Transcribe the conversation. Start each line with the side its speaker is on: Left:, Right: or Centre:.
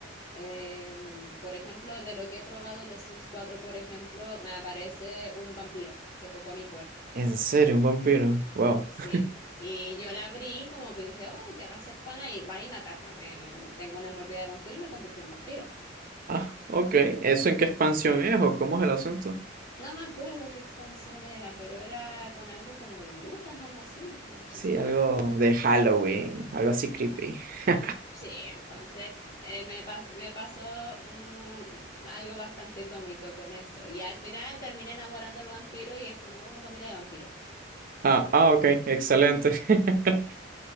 Left: Em, por ejemplo, de lo que he probado en los Sims cuatro, por ejemplo, me aparece un vampiro que tocó a mi puerta.
Right: ¿En serio, un vampiro? Wow.
Left: Sí,
Right: <laughs>
Left: y yo la abrí como que dije, oh, querrá hacer pana y va y me ataca. Me, me- tengo una mordida de vampiro y me convirtió en vampiro.
Right: Ah, ok, ¿eso en qué expansión es o cómo es el asunto?
Left: No me acuerdo qué expansión era, pero era con algo como de brujas, algo así, como hechicería.
Right: Sí, algo de Halloween, algo así creepy. <laughs>
Left: Sí, entonces eh, me, pas- me pasó mm, algo bastante cómico con eso. Y al final terminé enamorando al vampiro y formamos una familia de vampiros.
Right: Ah, ah, ok, excelente. <laughs>